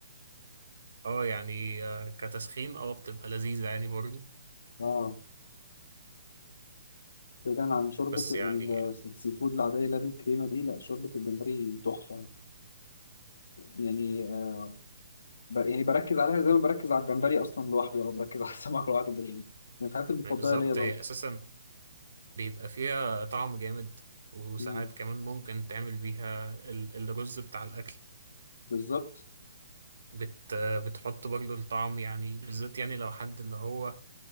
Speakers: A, on the right (about 80°); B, on the left (about 75°).
A: اه يعني آه، كتسخين اه بتبقى لذيذة يعني برضو
B: أه بعيدا عن شوربة
A: بس يعني
B: ال- السي فود العادية اللي هي الكريمة دي لا شوربة الجمبري تحفة يعني آه، ب- يعني بركز عليها زي ما بركز على الجمبري اصلا لوحده او بركز على السمك <laughs> لوحده ده يعني من الحاجات المفضله
A: آه، بالظبط
B: ليا برضه
A: هي اساسا بيبقى فيها طعم جامد وساعات
B: مم.
A: كمان ممكن تعمل بيها ال- الرز بتاع الاكل
B: بالظبط
A: بت بتحط برضو الطعم يعني بالذات يعني لو حد اللي هو